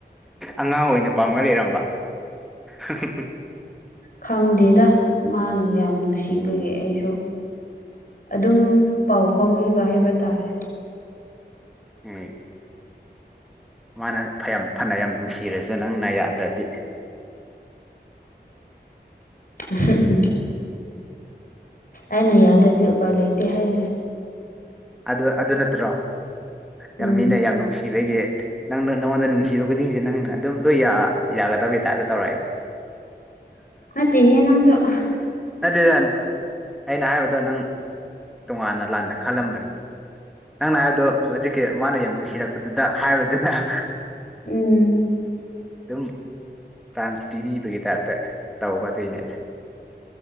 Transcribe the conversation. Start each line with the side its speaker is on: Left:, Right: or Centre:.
Centre: ꯑꯉꯥꯡ ꯑꯣꯏꯅ ꯄꯥꯝꯃꯒ ꯂꯩꯔꯝꯕ ꯍꯝꯍꯝ
Left: ꯈꯪꯗꯦꯗ ꯃꯥꯅ ꯌꯥꯝ ꯅꯨꯡꯁꯤꯕꯒꯤ ꯑꯩꯁꯨ ꯑꯗꯨꯝ ꯄꯥꯎ ꯐꯥꯎꯕꯤꯕ ꯍꯥꯏꯕ ꯇꯥꯔꯦ
Centre: ꯍꯩ ꯃꯥꯅ ꯐ ꯌꯥꯝ ꯐꯅ ꯌꯥꯝ ꯅꯨꯡꯁꯤꯔꯁꯨ ꯅꯪꯅ ꯌꯥꯗ꯭ꯔꯗꯤ
Left: ꯎꯍꯝꯍꯝ ꯑꯩꯅ ꯌꯥꯗ꯭ꯔꯗꯤ ꯎꯄꯥꯏ ꯂꯩꯇꯦ ꯍꯥꯏꯗ
Centre: ꯑꯗꯨ ꯑꯗꯨ ꯅꯠꯇ꯭ꯔꯣ
Left: ꯎꯝ
Centre: ꯌꯥꯝ ꯃꯤꯅ ꯌꯥꯝ ꯅꯨꯡꯁꯤꯕꯒꯤ ꯅꯪꯅ ꯅꯪꯉꯣꯟꯗ ꯅꯨꯡꯁꯤꯕ ꯈꯨꯗꯤꯡꯁꯦ ꯅꯪꯅ ꯑꯗꯨꯝ ꯂꯣꯏ ꯌꯥꯒꯗꯕꯇꯥꯞꯗ ꯇꯧꯔꯛꯑꯦꯗ <inaudible>
Left: ꯅꯠꯇꯦꯍꯦ ꯅꯪꯁꯨ ꯑꯍꯍ
Centre: ꯅꯠꯇꯦꯗ ꯑꯩꯅ ꯍꯥꯏꯕꯗꯣ ꯅꯪ ꯇꯣꯉꯥꯟꯅ ꯂꯥꯟꯅ ꯈꯜꯂꯝꯃꯅꯤ ꯅꯪꯅ ꯍꯥꯏꯕꯗꯣ ꯍꯧꯖꯤꯛꯀꯤ ꯃꯥꯅ ꯌꯥꯝ ꯅꯨꯡꯁꯤꯔꯛꯄꯗꯨꯗ ꯍꯥꯏꯕꯗꯨꯗ <inaudible>
Left: ꯎꯝ
Centre: ꯑꯗꯨꯝ ꯆꯥꯟꯁ ꯄꯤꯕꯤꯕꯒꯤ ꯇꯥꯏꯞꯇ ꯇꯧꯕ ꯑꯗꯨꯢꯅꯤꯗ